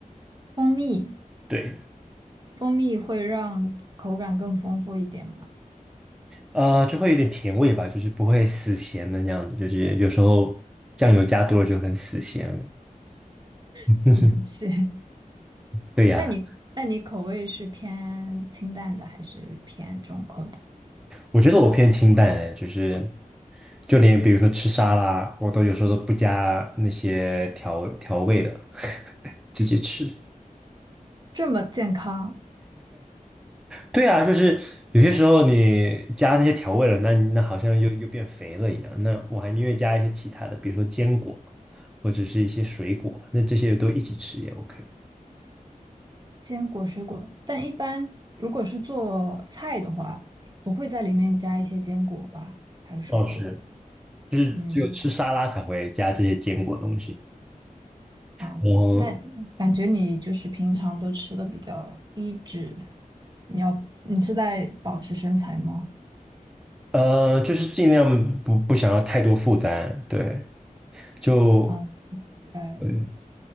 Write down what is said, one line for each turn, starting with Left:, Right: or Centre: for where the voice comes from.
Right: 蜂蜜，
Centre: 对，
Right: 蜂蜜会让口感更丰富一点吗？
Centre: 呃，就会有点甜味吧，就是不会死咸的那样子，就是有时候酱油加多了就很死咸。<laughs>
Right: <laughs> 是，
Centre: 对呀，
Right: 那你那你口味是偏清淡的还是偏重口的？
Centre: 我觉得我偏清淡的，就是就连比如说吃沙拉，我都有时候都不加那些调调味的，<laughs> 直接吃。
Right: 这么健康。
Centre: 对啊，就是有些时候你加那些调味了，那那好像又又变肥了一样。那我还宁愿加一些其他的，比如说坚果或者是一些水果，那这些都一起吃也 OK。
Right: 坚果水果，但一般如果是做菜的话，不会在里面加一些坚果吧，还有水果。
Centre: 哦，是，就是只有吃沙拉才会加这些坚果东西。
Right: 嗯啊，
Centre: 我
Right: 那感觉你就是平常都吃的比较低脂，你要你是在保持身材吗？
Centre: 呃，就是尽量不不想要太多负担，对，就
Right: 啊，明白了。
Centre: 对